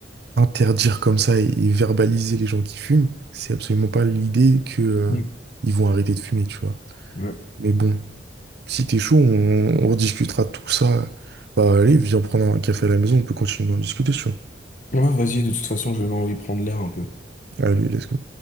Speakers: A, on the right (about 60°); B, on the left (about 45°).
A: interdire comme ça et, et verbaliser les gens qui fument, c'est absolument pas l'idée que euh,
B: Mm.
A: ils vont arrêter de fumer, tu vois.
B: Ouais.
A: Mais bon, si t'es chaud, on, on rediscutera de tout ça. Bah allez, viens prendre un café à la maison, on peut continuer d'en discuter, si tu vois.
B: Ouais, vas-y, de toute façon, je vais envie de prendre l'air un peu.
A: Allez, let's go.